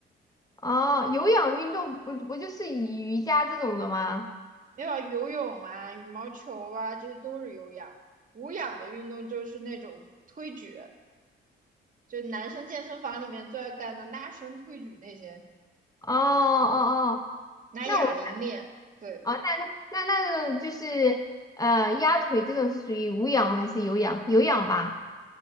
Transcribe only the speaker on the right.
没有游泳啊、羽毛球啊，这些都是有氧。无氧的运动就是那种推举，就男生健身房里面最爱干的拉伸、推举那些，
拿哑铃练。
对，